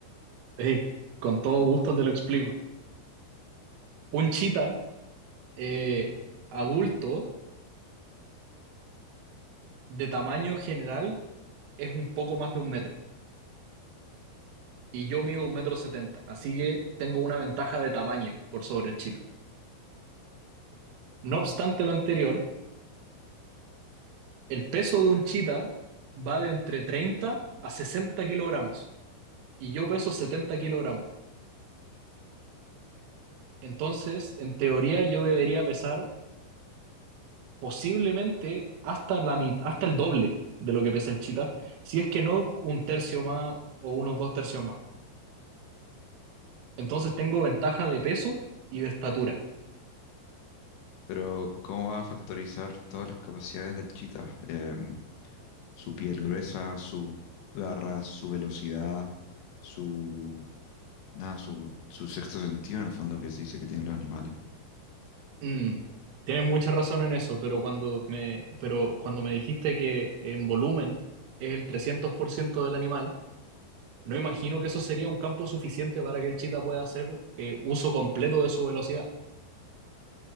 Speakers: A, on the right; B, on the left.
A: Ey, con todo gusto te lo explico. Un chita eh, adulto de tamaño general es un poco más de un metro. Y yo mido un metro setenta, así que tengo una ventaja de tamaño por sobre el chita. No obstante lo anterior, el peso de un chita va de entre 30 a 60 kilogramos y yo peso 70 kilogramos. Entonces, en teoría, yo debería pesar posiblemente hasta la mit- hasta el doble de lo que pesa el chita, si es que no un tercio más o unos dos tercios más. Entonces tengo ventaja de peso y de estatura.
B: Pero, ¿cómo va a factorizar todas las capacidades del chita? Em, su piel gruesa, sus garras, su velocidad, su, nada, su, su sexto sentido, en el fondo, que se dice que tienen los animales.
A: Mm, tienes mucha razón en eso, pero cuando me, pero cuando me dijiste que en volumen es el 300% del animal, no imagino que eso sería un campo suficiente para que el chita pueda hacer eh, uso completo de su velocidad.